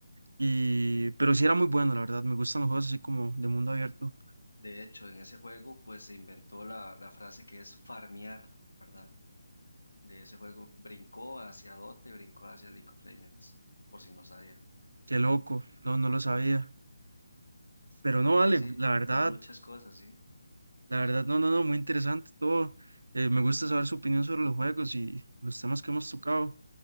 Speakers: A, on the right (about 80°); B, on the left (about 85°).
A: Y, pero sí era muy bueno, la verdad. Me gustan los juegos así como de mundo abierto.
B: De hecho, en ese juego, pues se inventó la, la frase que es farmear, ¿verdad? De ese juego brincó hacia Dote, brincó hacia League of Legends, por si no sabía.
A: Qué loco, no, no lo sabía. Pero
B: No,
A: no,
B: pero
A: vale,
B: sí,
A: la verdad.
B: hay muchas cosas, sí.
A: La verdad, no, no, no, muy interesante todo. Eh, me gusta saber su opinión sobre los juegos y los temas que hemos tocado.